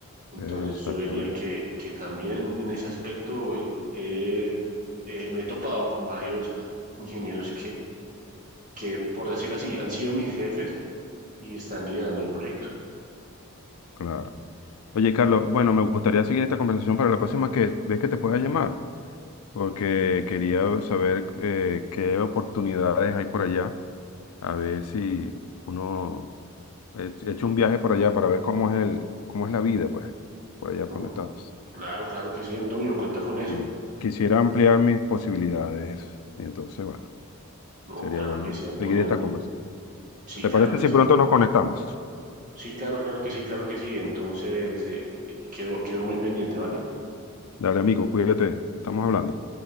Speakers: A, on the right; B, on the left.
A: Entonces
B: Exactamente,
A: yo diría que, que también en ese aspecto eh, eh, me he topado con varios ingenieros que, por decirlo así, han sido mis jefes y están liderando el proyecto.
B: claro. Oye, Carlos, bueno, me gustaría seguir esta conversación para la próxima que ves que te pueda llamar, porque quería saber eh, qué oportunidades hay por allá, a ver si uno he he hecho un viaje por allá para ver cómo es el, cómo es la vida, pues, por allá
A: No,
B: por donde estás.
A: claro, claro que sí, Antonio, cuenta con eso.
B: Sí, quisiera ampliar mis posibilidades, entonces, bueno,
A: No,
B: sería
A: claro
B: bueno
A: que sí, Antonio.
B: seguir esta conversación.
A: Sí,
B: ¿Te
A: claro
B: parece
A: que
B: si
A: sí.
B: pronto nos conectamos?
A: Sí, claro, claro que sí, claro que sí. Entonces, eh, eh, quedo, quedo muy pendiente, ¿vale?
B: Dale, amigo, cuídate. Estamos hablando.